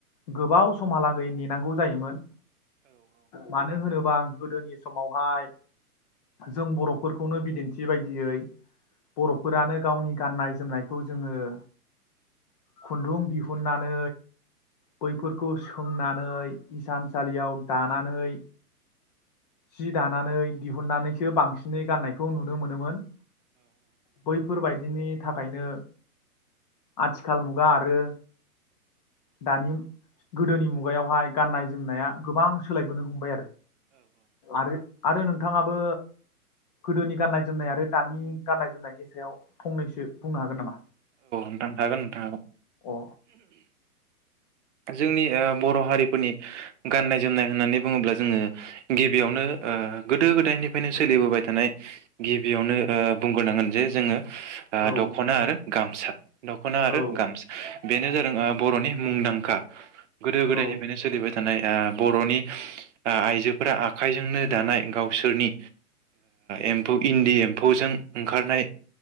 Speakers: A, on the left; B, on the right.
A: गोबाव समहालागै नेनांगौ जायोमोन मानो होनोबा गोदोनि समावहाय जों बर'फोरखौनो बिदिन्थि बायदियै गिबियै बर'फोरानो गावनि गाननाय जोमनायखौ जोङो ग खुन्दुं दिहुननानै बैफोरखौ सोंनानै इसानसालियाव दानानै जि दानानै दिहुनन्नानैसो बांसिनै गाननायखौ नुनो मोनोमोन बैफोरबायदिनि थाखायनो आथिखाल मुगा आरो दानि गोदोनि मुगायावहाय गाननाय जोमनाया गोबां सोलायबोनो हमबाय आरो आरो नोंथाङाबो गोदोनि गाननाय जोमनाय आरो दानि गाननाय जोमनायनि सायाव फंनैसो बुंनो हागोन नामा?
B: नोंथां हागोन नोंथां
A: औ
B: जोंनि ओ बर' हारिफोरा फोरनि गान्नाय जोमनाय होननानै बुङोब्ला जोङो गिबियावनो गोदो गोदायनिफ्रायनो सोलिबोबाय थानाय गिबियावनो बुंग्रोनांगोन जे जोङो आ
A: औ
B: दखना आरो गामसा दख'ना आरो
A: औ
B: गामस बेनो जादों बर'नि मुंदांखा गोदो गोदायनिफ्रायनो
A: औ
B: सोलिबाय थानाय बर'नि आइजोफोरा आखाइजोंनो दानाय गावसोरनि एम्फौ इन्दि एम्फौजों ओंखारनाय